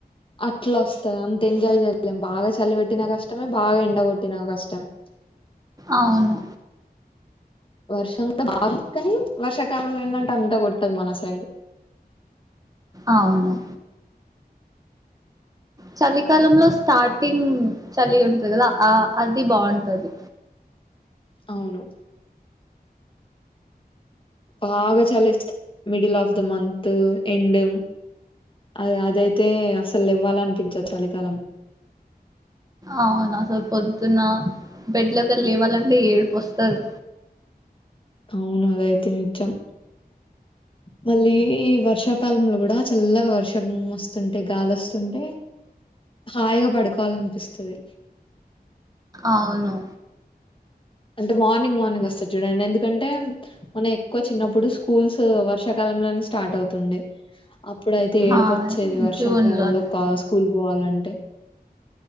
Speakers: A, on the left; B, on the right.
A: అట్లా వస్తాది అంతా ఎంజాయ్ చేయలేం బాగా చల్లి పెట్టినా కష్టమే బాగా ఎండగోట్టిన కష్టమే
B: అవును
A: వర్ష కానీ వర్షాకాలంంలో ఏందంట అంతా గోట్టదు మన సైడ్
B: అవును చలికాలంలో స్టార్టింగ్ చలి ఉంటది కదా ఆ అది బాగుంటది.
A: అవును బాగా చాలి ఎస్త middle of the month end అ అదైతే అసలు లేవ్వాలి అనిపించ చలికాలం
B: అవునా అసలు పొద్దున్న బెడ్లొగేల లేవాలంటే ఏడుపు వస్తాది
A: అవును అదైతే నిజం మళ్ళీ ఈ వర్షాకాలంలో కూడా చల్లగా వర్షం వస్తుంటే గాలుస్తుంటే హాయిగా పడుకోవాలనిపిస్తుంది
B: అవును
A: అంటే మార్నింగ్ మార్నింగ్ వస్తది చూడండి ఎందుకంటే మనం ఎక్కువ చిన్నప్పుడు స్కూల్స్ వర్షాకాలం లో స్టార్ట్ అవుతుండే అప్పుడైతే ఏడిపు
B: ఆ
A: వచ్చేది వర్షాకాలంలో
B: జూన్ లోనే
A: కా స్కూల్కి పోవాలంటే